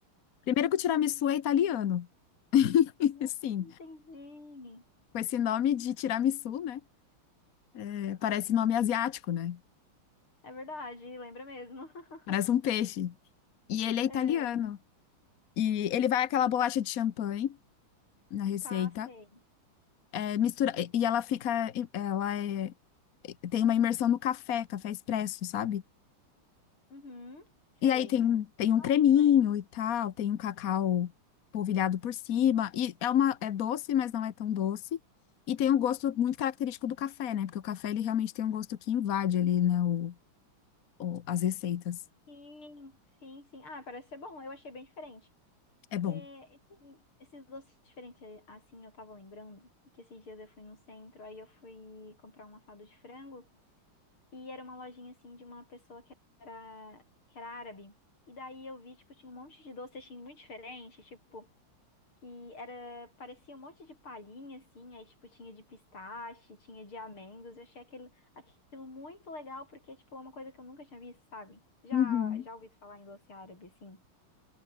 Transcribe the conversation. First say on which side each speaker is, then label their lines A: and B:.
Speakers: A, on the left; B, on the left.
A: Primeiro que o tiramisu é italiano. <laughs>
B: Hum,
A: Sim,
B: entendi.
A: com esse nome de tiramisu, né? É, parece nome asiático, né?
B: É verdade, lembra mesmo. <laughs>
A: Parece um peixe. E ele é italiano.
B: É,
A: E ele vai aquela bolacha de champanhe na receita.
B: tá, sei.
A: É, mistura, e ela fica, ela é, tem uma imersão no café, café expresso, sabe?
B: Uhum, sei.
A: E aí tem, tem
B: Nossa,
A: um creminho
B: diferente.
A: e tal, tem um cacau polvilhado por cima, e é uma, é doce, mas não é tão doce, e tem um gosto muito característico do café, né? Porque o café, ele realmente tem um gosto que invade ali, né, o, o- as receitas.
B: Sim, sim, sim. Ah, parece ser bom. Eu achei bem diferente.
A: É
B: É,
A: bom.
B: esse- esses doces diferentes, assim, eu tava lembrando que esses dias eu fui no centro, aí eu fui comprar um assado de frango. E era uma lojinha assim de uma pessoa que era, que era árabe. E daí eu vi, tipo, tinha um monte de doce assim muito diferente, tipo, que era, parecia um monte de palhinha assim, aí tipo tinha de pistache, tinha de amêndoas. Eu achei aquilo, aquilo muito legal porque tipo é uma coisa que eu nunca tinha visto, sabe? Já
A: Uhum.
B: já ouvi falar em doce árabe assim.